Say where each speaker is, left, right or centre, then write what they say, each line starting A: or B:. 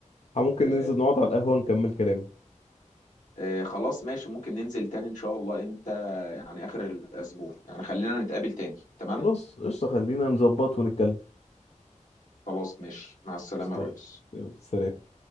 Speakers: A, on the left; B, on the left.
A: ممكن
B: اه
A: ننزل نقعد على القهوة نكمل كلام
B: اه خلاص ماشي ممكن ننزل تاني ان شاء الله انت يعني اخر الاسبوع يعني خلينا نتقابل تاني تمام
A: خلاص قشطة خلينا نظبط ونتكلم
B: خلاص ماشي مع السلامة
A: قشطة
B: يا ريس
A: يلا سلام